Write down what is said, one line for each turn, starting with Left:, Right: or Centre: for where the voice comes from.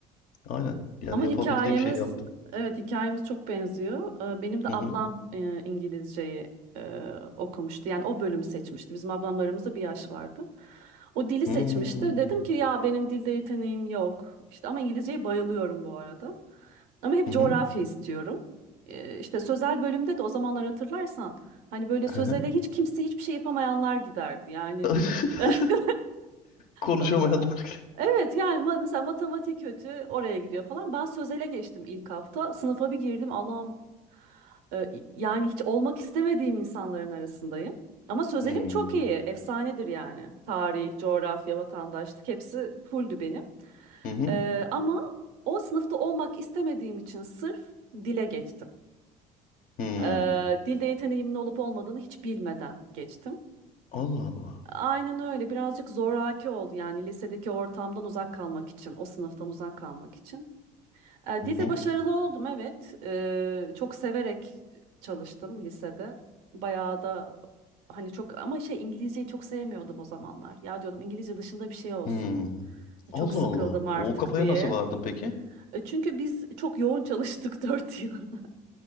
Left: aynen yani
Right: Ama
Left: yapabildiğim
Right: hikayemiz
Left: şeyi yaptım.
Right: evet hikayemiz çok benziyor. Ee, Benim de
Left: Hı
Right: ablam
Left: hı.
Right: e, İngilizceyi e, okumuştu. Yani o bölümü seçmişti. Bizim ablamlarımızda bir yaş vardı. O dili
Left: Hmm.
Right: seçmişti. Dedim ki ya benim dilde yeteneğim yok. İşte ama İngilizceye bayılıyorum bu arada. Ama hep
Left: Hı
Right: coğrafya
Left: hı.
Right: istiyorum. Ee, İşte sözel bölümde de o zamanlar hatırlarsan hani böyle
Left: <laughs>
Right: sözele hiç kimse hiçbir şey yapamayanlar giderdi. Yani
Left: <laughs>
Right: <laughs>
Left: Konuşamayanlar.
Right: <laughs> Evet yani ma- mesela matematik kötü oraya gidiyor falan. Ben sözele geçtim ilk hafta. Sınıfa bir girdim Allah'ım e, yani hiç olmak istemediğim insanların arasındayım. Ama sözelim
Left: Hmm.
Right: çok iyi. Efsanedir yani. Tarih, coğrafya, vatandaşlık hepsi fulldü benim.
Left: Hı hı.
Right: E, ama o sınıfta olmak istemediğim için sırf dile geçtim.
Left: Hmm.
Right: E, dilde yeteneğimin olup olmadığını hiç bilmeden geçtim.
Left: Allah Allah.
Right: Aynen öyle. Birazcık zoraki oldu yani lisedeki ortamdan uzak kalmak için, o sınıftan uzak kalmak için. E,
Left: Hı
Right: dilde
Left: hı.
Right: başarılı oldum evet. E, çok severek çalıştım lisede. Bayağı da hani çok ama şey İngilizceyi çok sevmiyordum o zamanlar. Ya diyordum İngilizce dışında bir şey olsun.
Left: Hmm. Allah
Right: Çok sıkıldım
Left: Allah.
Right: artık
Left: O kafaya
Right: diye.
Left: nasıl vardın peki?
Right: E, Çünkü biz çok yoğun çalıştık <laughs> 4 yıl. <laughs>